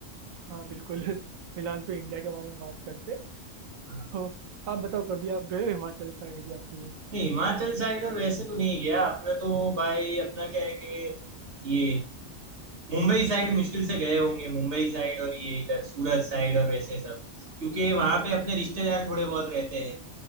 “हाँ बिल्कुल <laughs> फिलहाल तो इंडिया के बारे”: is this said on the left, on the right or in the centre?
Right